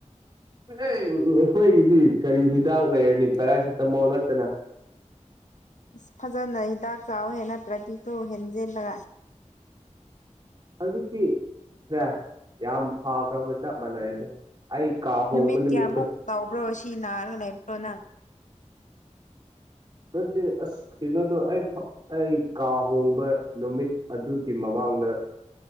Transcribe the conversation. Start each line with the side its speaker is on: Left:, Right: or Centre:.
Right: ꯑꯥ ꯑꯩꯈꯣꯏꯒꯤꯗꯤ ꯀꯔꯤ ꯍꯤꯗꯥꯛ ꯂꯩꯔꯅꯤ ꯄꯦꯔꯥꯁꯤꯇꯥꯃꯣꯜ ꯅꯠꯇꯅ
Left: ꯑꯁ ꯐꯖꯅ ꯍꯤꯗꯥꯛ ꯆꯥꯎꯍꯦ ꯅꯠꯇ꯭ꯔꯗꯤ ꯀꯨ ꯍꯦꯟꯖꯤꯜꯂ
Right: ꯍꯧꯖꯤꯛꯇꯤ ꯁꯦ ꯌꯥꯝ ꯐꯥꯈ꯭ꯔꯕ ꯆꯞ ꯃꯥꯟꯅꯔ‌ꯦꯗ ꯑꯩ ꯀꯥ ꯍꯣꯡꯕ
Left: ꯅꯨꯃꯤꯠ
Right: ꯅꯨꯃꯤꯠꯇꯣ
Left: ꯀꯌꯥꯃꯨꯛ ꯇꯥꯎꯕ꯭ꯔꯣ ꯁꯤ ꯅꯥꯔꯒ ꯂꯩꯕ꯭ꯔꯣ ꯅꯪ
Right: ꯅꯠꯇ‌ꯦ ꯑꯁ ꯀꯩꯅꯣꯗꯣ ꯑꯩ ꯐ ꯑꯩ ꯀꯥ ꯍꯣꯡꯕ ꯅꯨꯃꯤꯠ ꯑꯗꯨꯒꯤ ꯃꯃꯥꯡ ꯃꯥꯡꯗ